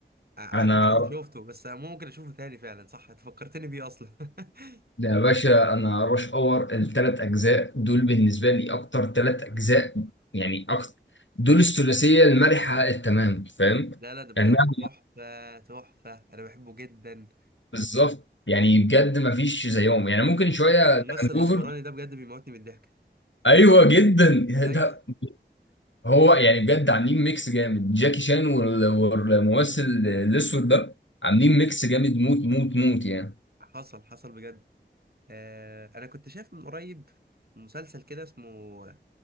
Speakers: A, on the right; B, on the left.
A: ع-
B: انا
A: على فكرة انا شفته بس انا ممكن اشوفه تاني فعلا صح انت فكرتني بيه اصلا <laughs>
B: ده يا باشا انا رش اور الثلاث اجزاء دول بالنسبه لي اكتر ثلاث اجزاء يعني اكتر دول الثلاثيه المرحه التمام فاهم
A: لا لا ده بجد
B: يعني نعم،
A: تحفة تحفة انا بحبه جدا
B: بالظبط يعني بجد ما فيش زيهم يعني ممكن شويه
A: الممثل
B: ذا هانجوفر
A: الاسمراني ده بجد بيموتني من الضحك
B: ايوه جدا
A: ايوه
B: ده هو يعني بجد عاملين ميكس جامد جاكي شان وال- والممثل الاسود ده عاملين ميكس جامد موت موت موت يعني
A: حصل حصل بجد آه انا كنت شايف من قريب مسلسل كده اسمه